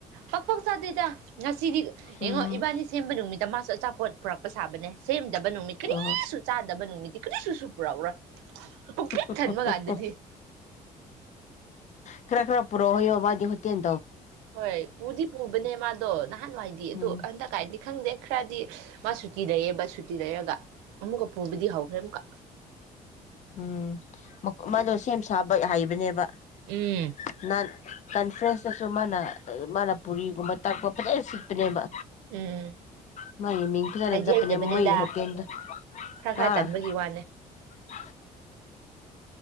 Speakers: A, on the right; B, on the left.
A: ꯄꯥꯛ ꯄꯥꯛ ꯆꯥꯗꯣꯏꯗ ꯉꯁꯤꯗꯤ
B: ꯎꯝ
A: ꯌꯦꯡꯉꯣ ꯏꯕꯥꯅꯤ ꯁꯦꯝꯕ ꯅꯨꯃꯤꯠꯇ ꯃꯥꯁꯨ ꯑꯆꯥꯄꯣꯠ ꯄꯨꯔꯛꯄ ꯁꯥꯕꯅꯦ ꯁꯦꯝꯗꯕ ꯅꯨꯃꯤꯠ ꯀꯔꯤꯁꯨ
B: ꯑꯣꯍꯣ
A: ꯆꯥꯗꯕ ꯅꯨꯃꯤꯠꯇꯤ ꯀꯔꯤꯁꯨꯁꯨ ꯄꯨꯔꯛꯎꯔꯣꯏ ꯄꯨꯛꯄꯤꯛ
B: <unintelligible>
A: ꯊꯟꯕ ꯀꯥꯟꯗꯗꯤ
B: ꯈꯔ ꯈꯔ ꯄꯨꯔꯛꯑꯣ ꯌꯣ ꯃꯥꯗꯤ ꯍꯇꯦꯟ
A: ꯍꯣꯏ ꯄꯨꯗꯤ ꯄꯨꯕꯅꯦ ꯃꯥꯗꯣ ꯅꯍꯥꯟꯋꯥꯏꯗꯤ ꯑꯗꯨꯗ
B: ꯎꯝ
A: ꯍꯟꯗꯛ ꯀꯥꯏꯗꯤ ꯈꯪꯗꯦ ꯈꯔꯗꯤ ꯃꯥ ꯁꯨꯇꯤ ꯂꯩꯌꯦꯕ ꯁꯨꯇꯤ ꯂꯩꯔꯒ ꯑꯃꯨꯛꯀ ꯄꯨꯕꯗꯤ ꯍꯧꯈ꯭ꯔꯦ ꯑꯃꯨꯛꯀ
B: ꯎꯝ ꯃ ꯃꯥꯗꯣ ꯁꯥꯕ ꯍꯥꯏꯩꯕꯅꯦꯕ
A: ꯎꯝ
B: <unintelligible> ꯀꯟ ꯐ꯭ꯔꯦꯁꯇꯁꯨ ꯃꯥꯅ ꯃꯥꯅ ꯄꯨꯔꯤꯒꯨꯝꯕ ꯇꯥꯛꯄ ꯐꯖꯅ ꯁꯤꯠꯄꯅꯦꯕ
A: ꯎꯝ
B: ꯃꯥꯒꯤ ꯃꯤꯡ ꯐꯖꯅ
A: ꯍꯥꯏꯗꯤ
B: ꯆꯠꯄꯅꯦ
A: ꯍꯩꯖꯕꯅꯤꯗ
B: ꯃꯣꯏꯒꯤ ꯍꯣꯇꯦꯜꯗꯣ
A: ꯈꯔ
B: ꯍꯥ
A: ꯈꯔ ꯇꯟꯕꯒꯤ ꯋꯥꯅꯦ
B: <unintelligible> <unintelligible>